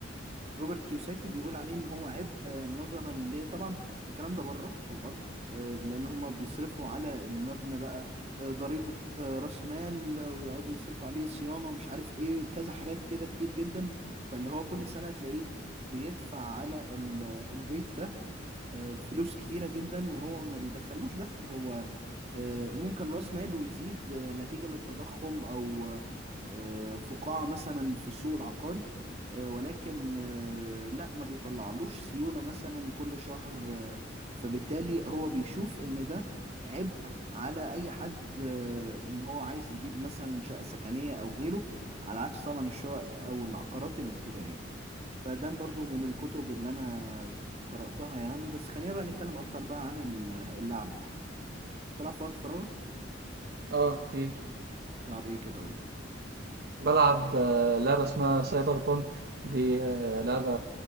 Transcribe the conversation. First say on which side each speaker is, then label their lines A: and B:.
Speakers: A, on the right; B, on the right.
A: روبرت كيوساكي بيقول عليه ان هو عبء آه، نظرا ليه طبعا الكلام ده بره في الغرب آه، لان هم بيصرفوا على المبنى بقى آه، ضريبة آه، راس مال آه، ويقعدوا يصرفوا عليه صيانة ومش عارف ايه كذا حاجات كده كتير جدا فاللي هو كل سنة تلاقيه بيدفع على ال- البيت ده آه، فلوس كتيرة جدا وهو ما بيدخلوش دخل هو آه، ممكن راس ماله يزيد آه، نتيجة للتضخم او آه، فقاعة مثلا في السوق العقاري آه، ولكن آه، لا ما بيطلعلوش سيولة مثلا كل شهر آه، فبالتالي هو بيشوف ان ده عبء على اي حد آه، ان هو عايز يجيب مثلا شقة سكنية او غيره على عكس طبعا الشقق او العقارات التجارية فده برضو
B: إمم.
A: من الكتب اللي انا قرأتها يعني بس خلينا بقى نتكلم اكتر بقى عن ال- اللعب تلعب في وقت فراغك
B: آه كتير.
A: تلعب ايه كده قولي
B: بالعب لعبة اسمها سايبر بانك دي آه، لعبة